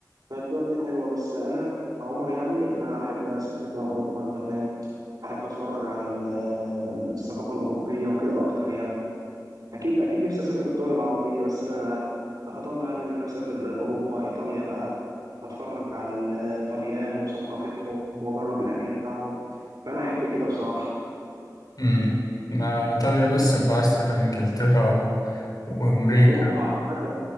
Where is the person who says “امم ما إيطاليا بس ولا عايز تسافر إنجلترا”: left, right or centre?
Left